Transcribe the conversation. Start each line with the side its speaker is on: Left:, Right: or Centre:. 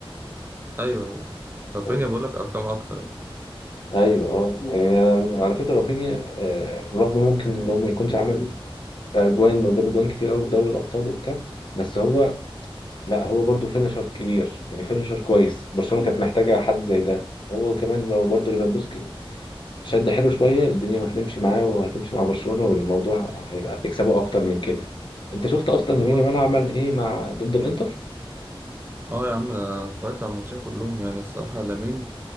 Right: ايوه ايوه رافينيا
Left: قول.
Right: بقول لك ارقام اكتر يعني
Left: ايوه اه يعني أنا على فكره رافينيا آه، رغم ممكن لو ما يكونش عمل اجوان وجاب اجوان كتير قوي في دوري الابطال وبتاع بس هو لا هو برضه فينشر كبير يعني فينشر كويس برشلونه كانت محتاجه حد زي ده هو كمان لو برضه ليفاندوسكي شد حلو شوية الدنيا هتمشي معاه وهتمشي مع برشلونة والموضوع هيبقى بيكسبوا أكتر من كده أنت شفت أصلا
Right: هو
Left: يمين يامال عمل إيه مع ضد الإنتر؟
Right: اه يا عم انا اتفرجت على الماتشين كلهم يعني الصراحه لامين